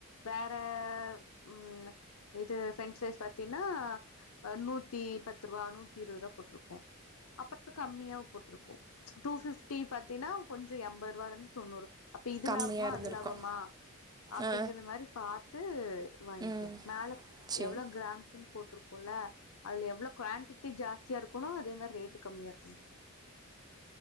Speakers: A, on the left; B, on the right.
A: வேற ம் இது சென்சஸ் பத் பத்தீன்னா நூத்தி பத்து ருவா நூத்தி இருவது ருவா போட்ருக்கு அப்புற கம்மியாவு போட்ருக்கு டூ ஃபிஃப்டி பாத்தீன்னா கொஞ்சோ எம்பது ருவாலருந்து தொண்ணூறு அப்ப இது
B: கம்மியா
A: லாபமா
B: இருந்திருக்கு
A: அது லாபமா அப்டிங்கத
B: ஆ
A: மாரி பாத்து வாங்கே
B: ம்
A: மேல
B: சேரி
A: எவ்ளோ கிராம்ஸ்ன்னு போட்ருக்குல அதுல எவ்ளோ குவாண்டிட்டி ஜாஸ்தியா இருக்கணு அதே மாரி ரேட்டு கம்மியா இருக்கணு